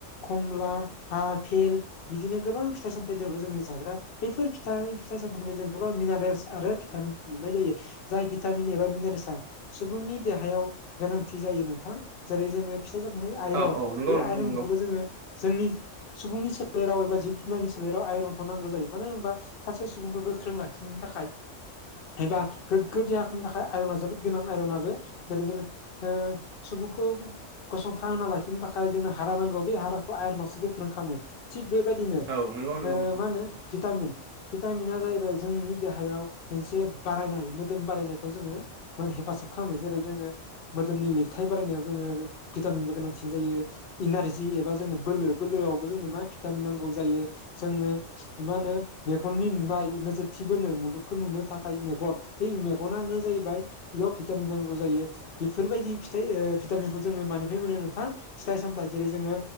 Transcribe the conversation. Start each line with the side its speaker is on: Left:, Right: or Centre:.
Left: खमला आफेल बिदिनो गोबां फिथाइ सामथायाइ दङ जोंनि जाग्रा बेफोर फिथाइ फिथाइ सामथाइनिफ्राय जों गोबां मिनारेल्स आरो भिटामिन मोननाय जायो। जाय भिटामिन एबा मिनारेसया सुबुंनि दे देहायाव गोनांथि जायो नोंथां जेरै जोङो फिथाइ सामथाइनि आइरन
Right: औ औ नंगौ
Left: बे
Right: नोंथां
Left: आइरनखौबो
Right: नंगौ
Left: जोङो जोंनि सुबुंनि सोलेराव एबा जिब जुनारनि सोलेराव आइरनखौ नांगौ जायो। मानो होनबा सासे सुबुंखौ गोख्रों लाखिनो थाखाय एबा गोग्गो देहा खालामनो थाखाय आइरना जोबोद गोनां आयरनाबो जेरै जोङो ओ सुबुंखौ गसंथाह होना लाखिनो था खाय जोंनो हारा नांगौ बे हाराखौ आयनावसो गोख्रों खालामो। थिग बेबायदिनो
Right: औ नंगौ नंगौ
Left: ओ
Right: नोंथां
Left: मा हो नो भिटामिन भिटामिना जाहैबाय जोंनि देहायाव मोनसे बारायनाय मोदोम बारायनायखौ जोङो <unintelligible> हेफाजाब खालामो जेरै जोङो मोदोमनि लिरथाय बारायनायाव जोङो आरो भिटामिनबो गोनांसिन जायो। इनारजि एबा जोंनो बोलो बोलोआवबो जोंनो मा भिटामिन नांगौ जायो जोंनो मा होनो मेगननि नुनाय नोजोरथिबोनो मुलुगखौ नुनो थाखाय मेगन बै मेगनानो जाहैबाय बेयाव भिटामिन नांगौ जायो। बेफोरबायदि फिथाइ ओ भिटामिनखौ जोङो मानिफ्राय मोनो नोंथां? फिथाइ सामथायाइ जेरै जोङो